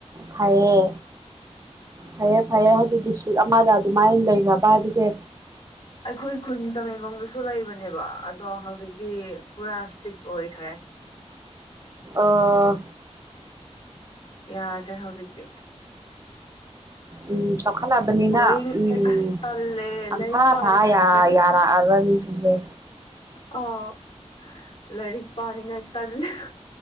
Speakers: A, on the right; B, on the left.
A: ꯐꯩꯌꯦ ꯐꯩꯌꯦ ꯐꯩꯌꯦ ꯍꯥꯏꯗꯤ ꯗꯤꯁꯇ꯭ꯔꯤꯛ ꯑꯃꯗ ꯑꯗꯨꯃꯥꯏꯅ ꯂꯩꯈꯒ꯭ꯔꯕ ꯍꯥꯏꯕꯁꯦ
B: ꯑꯩꯈꯣꯏ ꯈꯨꯟ ꯇꯃꯦꯡꯂꯣꯡ ꯁꯨ ꯂꯩꯕꯅꯦꯕ ꯑꯗꯣ ꯍꯧꯖꯤꯛꯇꯤ ꯄꯨꯔꯥ ꯏꯁꯇ꯭ꯔꯤꯛ ꯑꯣꯏꯈ꯭ꯔꯦ
A: ꯑꯥ
B: ꯌꯥꯗ꯭ꯔꯦ ꯍꯧꯖꯤꯛꯇꯤ
A: ꯎꯝ ꯆꯥꯎꯈꯠꯂꯛꯑꯕꯅꯤꯅ
B: ꯕꯣꯔꯤꯡ
A: ꯎꯝ
B: ꯑꯁ ꯇꯜꯂꯦ
A: ꯑꯪꯊꯥ
B: ꯂꯥꯏꯔꯤꯛ ꯄꯥꯅꯤꯡꯉꯥꯏ
A: ꯊꯥ ꯌꯥ ꯌꯥꯔꯛꯑꯔꯣꯏ ꯃꯤꯁꯤꯡꯁꯦ
B: ꯑꯧ ꯂꯔꯤꯛ ꯄꯅꯤꯡꯉꯥꯏ ꯇꯟꯂꯦ